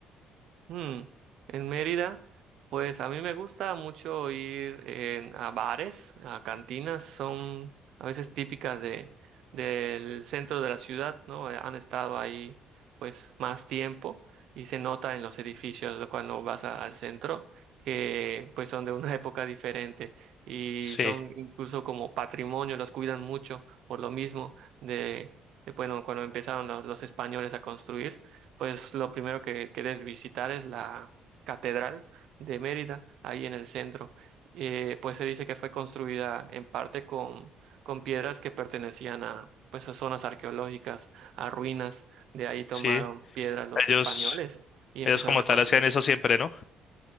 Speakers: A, on the right; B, on the left.
A: Mm, En Mérida, pues a mí me gusta mucho ir en- a bares, a cantinas, son a veces típicas de, del centro de la ciudad, ¿no? Eh, Han estado ahí pues más tiempo y se nota en los edificios ¿no? cuando vas a- al centro que pues son de una <laughs> época diferente y
B: Sí,
A: son incluso como patrimonio, los cuidan mucho por lo mismo de, de, bueno, cuando empezaron los los españoles a construir pues lo primero que quieres visitar es la Catedral de Mérida, ahí en el centro. Eh, pues se dice que fue construida en parte con, con piedras que pertenecían a, pues, a zonas arqueológicas, a ruinas. De ahí tomaron
B: sí,
A: piedras los
B: ellos,
A: españoles y empezaron
B: ellos como
A: a
B: tal
A: construir.
B: hacían eso siempre, ¿no?